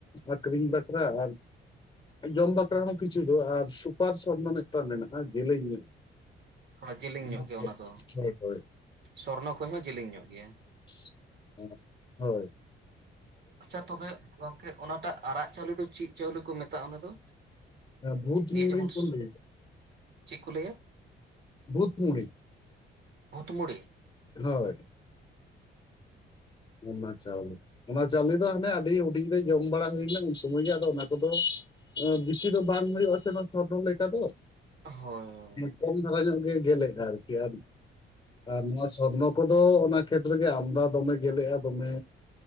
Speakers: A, on the left; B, on the right.
A: ᱟᱹᱠᱷᱨᱤᱧ ᱵᱟᱠᱷᱨᱟ ᱟᱨ, ᱡᱚᱢ ᱵᱟᱠᱷᱨᱟ ᱦᱚᱸ ᱠᱤᱪᱷᱩ ᱫᱚ ᱟᱨ ᱥᱩᱯᱟᱨ ᱥᱚᱨᱱᱚ ᱢᱤᱫᱴᱟᱝ ᱢᱮᱱᱟᱜᱼᱟ ᱡᱮᱞᱮᱧ ᱧᱮᱞ ᱾
B: ᱛᱷᱚᱲᱟ ᱡᱮᱞᱮᱧ
A: <unintelligible>
B: ᱧᱚᱜ ᱜᱮᱭᱟ ᱚᱱᱟ ᱫᱚ
A: ᱦᱳᱭ ᱦᱳᱭ
B: ᱥᱚᱨᱱᱚ ᱠᱷᱚᱡ ᱦᱚᱸ ᱡᱮᱞᱮᱧ ᱧᱚᱜ ᱜᱮᱭᱟ
A: ᱾ ᱦᱳᱭ ᱾
B: ᱟᱪᱪᱷᱟ ᱛᱚᱵᱮ ᱜᱚᱝᱠᱮ ᱚᱱᱟᱴᱟᱜ ᱟᱨᱟᱜ ᱪᱟᱣᱞᱮ ᱫᱚ ᱪᱮᱫ ᱪᱟᱣᱞᱮ ᱠᱚ ᱢᱮᱛᱟᱜᱼᱟ ᱚᱱᱟ ᱫᱚ?
A: ᱵᱷᱩᱛ
B: ᱱᱤᱭᱟᱹ
A: ᱢᱩᱬᱤ
B: ᱡᱮᱢᱚᱱ
A: ᱠᱚ ᱞᱟᱹᱭᱟ,
B: ᱪᱮᱫ ᱠᱚ ᱞᱟᱹᱭᱟ
A: ᱵᱷᱩᱛ ᱢᱩᱬᱤ ᱾
B: ᱵᱷᱩᱛᱢᱩᱲᱤ ᱾
A: ᱦᱳᱭ ᱾ ᱚᱱᱟ ᱪᱟᱣᱞᱮ ᱚᱱᱟ ᱪᱟᱣᱞᱮ ᱫᱚ ᱦᱟᱱᱮ ᱟᱹᱰᱤ ᱦᱩᱰᱤᱧ ᱨᱮ ᱡᱚᱢ ᱵᱟᱲᱟ ᱦᱩᱭ ᱞᱮᱱᱟ, ᱩᱱ ᱥᱚᱢᱚᱭ ᱜᱮ ᱟᱫᱚ ᱚᱱᱟ ᱠᱚᱫᱚ ᱵᱮᱥᱤ ᱫᱚ ᱵᱟᱝ ᱦᱩᱭᱩᱜ ᱟᱥᱮ ᱱᱚᱣᱟ ᱥᱚᱨᱱᱚ ᱞᱮᱠᱟ ᱫᱚ ᱾
B: ᱦᱳᱭ
A: ᱠᱚᱢ ᱫᱷᱟᱨᱟ ᱧᱚᱜ ᱜᱮ ᱜᱮᱞᱮᱜᱼᱟ ᱟᱨᱠᱤ ᱟᱨ ᱟᱨ ᱱᱚᱣᱟ ᱥᱚᱨᱱᱚ, ᱟᱠᱚ ᱫᱚ ᱚᱱᱟ ᱠᱷᱮᱛᱨᱮ ᱜᱮ ᱟᱢᱫᱟ ᱫᱚᱢᱮ ᱜᱮᱞᱮᱜᱼᱟ ᱫᱚᱢᱮ